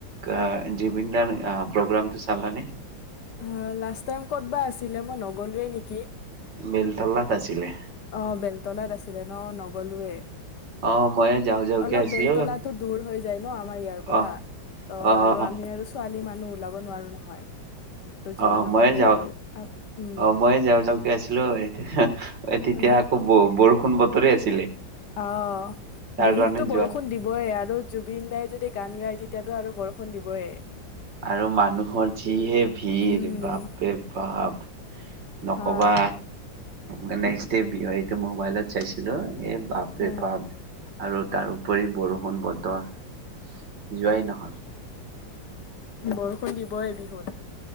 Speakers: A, on the right; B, on the left.
A: আ আ জুবিন দাৰ প্ৰগ্ৰামটো চালা নে?
B: অ লাষ্ট টাইম ক'ত বা আছিলে মই নগলোৱে নেকি?
A: বেলতলাত আছিলে।
B: অ বেলতলাত আছিলে ন নগলোয়ে।
A: অ', ময়ে যাওঁ যাওঁকে
B: অলপ
A: আছিলো
B: বেলতলা দূৰ হৈ যায় ন আমাৰ ইয়াৰ পৰা
A: অ',
B: ত
A: অ',
B: আৰু আমি আৰু ছোৱালী মান ওলাব নোৱাৰো নহয়। ত যোৱা
A: অ
B: নগলে
A: ময়ে যাওঁ,
B: আৰু উম
A: অ ময়ে যাওঁ যাওক আছিলো এতিয়া এ তেতিয়া
B: উম
A: আকৌ বৌ বৰষুণ বতৰে আছে।
B: অ বিহুতো
A: কাৰণে যোৱা
B: বৰষুণ দিবই আৰু। জুবিন দাই যদি গান গায় তেতিয়াতো আৰু বৰষুণ দিবয়ে।
A: আৰু মানুহৰ যিহে ভিৰ
B: উম
A: বাপৰে বাপ নকবা
B: হা
A: মানে এইটো মোবাইলত চাইছিলো এই বাপৰে
B: হ
A: বাপ আৰু তাৰোপৰি বৰষুণ বত তৰ যোৱাই নহ'ল।
B: বৰষুণ দিবই বিহুত।